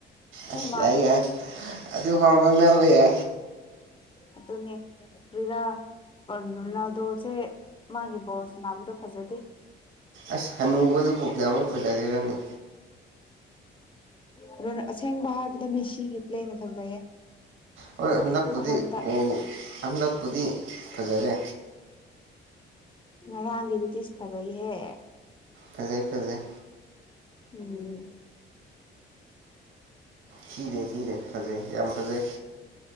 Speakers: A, on the right; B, on the left.
A: ꯑꯁ
B: ꯃꯥꯜꯂꯦ
A: ꯌꯥꯏ ꯌꯥꯏ ꯑꯗꯨ ꯐꯥꯎ ꯈꯨꯃꯥꯡꯅꯅꯥꯕꯌꯥ
B: ꯑꯗꯨꯅꯦ ꯔꯤꯔꯥ ꯄꯟꯖ ꯂꯥꯜꯗꯣꯁꯦ ꯃꯥꯒꯤ ꯕꯣꯁ ꯅꯥꯕꯗꯣ ꯐꯖꯗꯦ
A: ꯑꯁ ꯍꯅꯨꯕꯗꯨ ꯄꯣꯛꯀꯌꯥꯃꯨꯛ ꯐꯨꯂꯒꯦꯔꯅꯤ
B: ꯑꯗꯨꯅꯦꯣ ꯑꯁꯦꯡꯕ ꯍꯥꯏꯔꯕꯗ ꯃꯤꯦꯁꯤꯒꯤ ꯄ꯭ꯂꯦꯅ ꯐꯖꯩꯌꯦ
A: ꯑꯣ
B: ꯑꯁꯦꯡꯕ
A: ꯍꯟꯗꯛꯄꯗꯤ
B: ꯍꯥꯏꯕꯗ
A: ꯍꯟꯗꯛꯄꯗꯤ ꯐꯖꯔꯦ
B: ꯉꯔꯥꯡꯒꯤꯗꯨꯗꯤ ꯐꯖꯩꯍꯦ
A: ꯐꯖꯩ ꯐꯖꯩ
B: ꯎꯝ
A: ꯊꯗꯦ ꯀꯗꯦ ꯐꯖꯩ ꯌꯥꯝ ꯐꯖꯩ